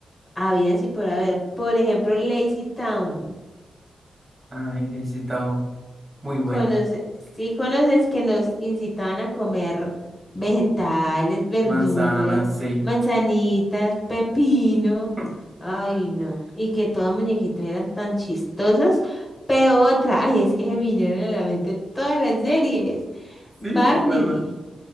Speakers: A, on the left (about 15°); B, on the right (about 20°).
A: había y por haber. Por ejemplo, Lazy Town.
B: ay, le he citado muy buena.
A: Conoce, sí conoces que nos incitaban a comer vegetales, verduras,
B: Manzana, sí.
A: manzanitas, pepino.
B: <laughs>
A: Ay, no. Y que todos los muñequitos eran tan chistosos. Pero otra, ay, es que se me vinieron a la mente todas las series. Barney.
B: Sí, ¿cuál más?